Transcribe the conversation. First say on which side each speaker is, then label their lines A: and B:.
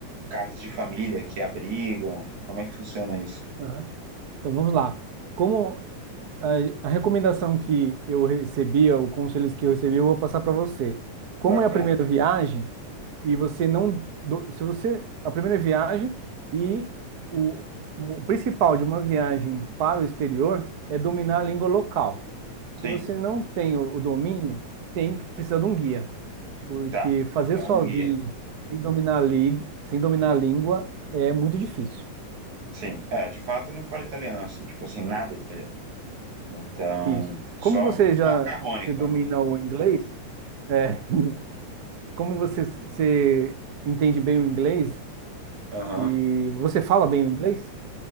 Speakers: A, on the right; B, on the right.
A: casas de família que abrigam? Como é que funciona isso?
B: Aham. Então vamos lá. Como a, a recomendação que eu recebi, o conselhos que eu recebi, eu vou passar para você. Como
A: Bacana.
B: é a primeira viagem e você não, do- se você a primeira viagem e o, o principal de uma viagem para o exterior é dominar a língua local. Se
A: Sim.
B: você não tem o, o domínio, tem que precisar de um guia, porque
A: Tá.
B: fazer
A: Então,
B: sozinho
A: um guia.
B: sem dominar a, lí- sem dominar a língua é muito difícil.
A: Sim. É, de fato eu não falo italiano assim, tipo assim, nada de italiano. Então,
B: Isso.
A: só
B: Como você
A: o
B: já
A: macarrônico,
B: você domina
A: né?
B: o inglês, é, como você, você entende bem o inglês
A: Aham.
B: e você fala bem o inglês,